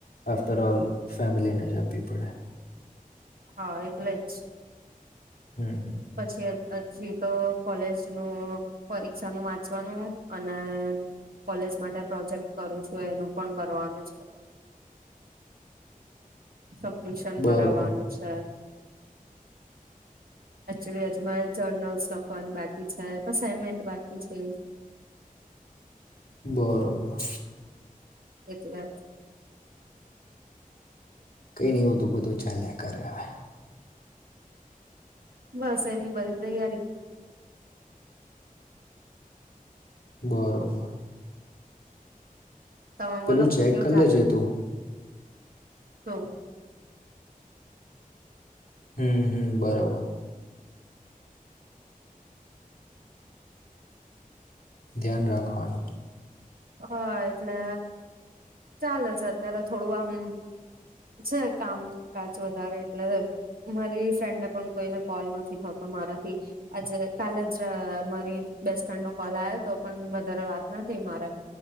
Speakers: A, on the left; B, on the right.
A: આફ્ટર ઓલ ફેમિલીને જ આપવી પડે.
B: હા એટલે જ
A: હમ હમ
B: પછી <unintelligible> હછી તો કોલેજનું પરીક્ષાનું વાંચવાનું, અને કોલેજ માટે પ્રોજેક્ટ કરું છું, એનું પણ કરવાનું છે. સબમિશન
A: બરોબર
B: કરાવવાનું છે. એક્ચ્યુલી અજુમાં જર્નલ્સ લખવાની બાકી છે, અસાઈનમેન્ટ બાકી છે.
A: બરોબર.
B: એટલે
A: કઈ નઈ એવું તો બધું ચેલે કરે હવે
B: બસ એની બધી તૈયારી
A: બરોબર.
B: તમે
A: પેલું
B: બોલો
A: ચેક
B: કેવું
A: કરી
B: ચાલે?
A: લેજે તું
B: તો
A: હમ્મ હમ્મ બરોબર ધ્યાન રાખવાનું
B: હા એટલે ચલે છે, અત્યારે થોડું આમ છે કામકાજ વધારે એટલે, મારી ફ્રેન્ડને પણ કોઈને કોલ નથી થતો મારાથી. આજે કાલે જ મારી બેસ્ટફ્રેન્ડ નો કોલ આવ્યો તો પણ વધારે વાત નથી થઈ મારે